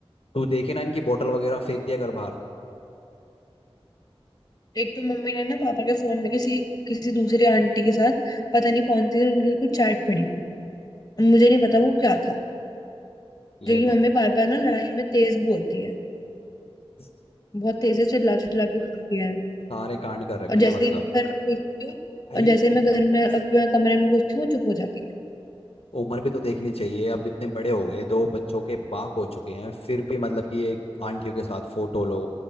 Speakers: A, on the left; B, on the left.
A: तू देखे ना इनकी बोतल वगैरह फेंक दिया कर बाहर
B: एक तो मम्मी ने ना पापा के फोन में किसी किसी दूसरी आंटी के साथ पता नहीं कौन थी उनके साथ कुछ चैट पड़ी मुझे नहीं पता वो क्या था
A: ये
B: जो कि
A: लो
B: मम्मी बार बार ना लड़ाई में तेज बोलती है
A: सा,
B: बहुत तेज से चिल्ला चिल्ला के बोलती है
A: सारे कांड कर रखे
B: और जैसे
A: हैं मतलब
B: ही मैं घर में घुसती हूँ
A: भाई
B: और जैसे ही मैं घर में अपने कमरे में घुसती हूँ वो चुप हो जाती है
A: उम्र भी तो देखनी चाहिए अब इतने बड़े हो गए दो बच्चों के बाप हो चुके हैं फिर भी मतलब कि ये आंटियों के साथ फोटो लो